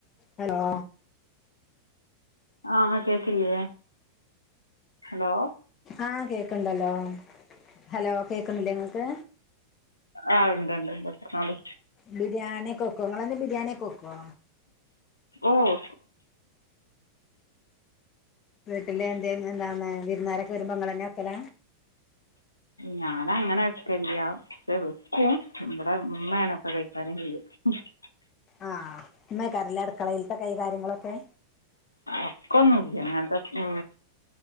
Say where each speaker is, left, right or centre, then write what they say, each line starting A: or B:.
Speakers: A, on the left; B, on the left.
A: ഹലോ?
B: ആഹ് കേക്കില്ലേ ഹലോ?
A: ആഹ് കേക്ക്ണ്ടല്ലോ ഹലോ കേക്ക്ണില്ലേ ഇങ്ങക്ക്?
B: ആഹ് ഉണ്ട് ഉണ്ട്ണ്ട്ണ്ട് പറഞ്ഞോളി
A: ബിരിയാണി ഒക്കെ വെക്കോ നിങ്ങളന്നും ബിരിയാണി വെക്കോ?
B: ഓ ഒ.
A: വീട്ടിലെ <unintelligible> വിരുന്നാരക്കെ വരുമ്പ ഇങ്ങളെന്നെ വേക്കല?
B: ഞാന അങ്ങനെ വെക്കല്ല വെക്കും ഇവിടെ ഉമ്മയാണ്. <unintelligible>
A: ആഹ് ഉമ്മ ക്കാരല്ലേ അടുക്കളയിൽത്തെ കൈകാര്യങ്ങളൊക്കെ?
B: ഒക്ക ഒന്നുല്ല ഇങ്ങന് ത്തെ